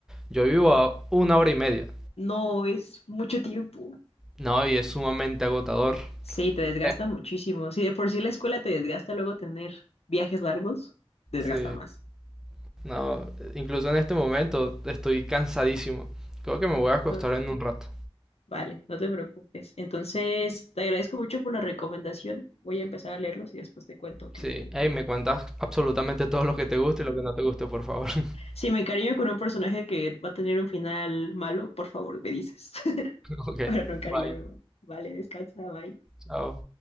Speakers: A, in the centre; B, on the left.
A: yo vivo a una hora y media.
B: No es mucho tiempo.
A: No, y es sumamente agotador.
B: Sí, te desgasta
A: Eh,
B: muchísimo. Si de por sí la escuela te desgasta, luego tener viajes largos, desgasta
A: Sí.
B: más.
A: No, incluso en este momento estoy cansadísimo. Creo que me voy a acostar
B: No,
A: en un rato.
B: vale, no te preocupes. Entonces, te agradezco mucho por la recomendación. Voy a empezar a leerlos y después te cuento qué
A: Sí,
B: tal.
A: hey, me cuentas absolutamente todo lo que te gusta y lo que no te guste, por favor. <laughs>
B: Si me encariño con un personaje que va a tener un final malo, por favor, me dices. <laughs>
A: Ok,
B: <laughs> Para no encariñarme.
A: bye,
B: más. Vale, descansa, bye.
A: chao.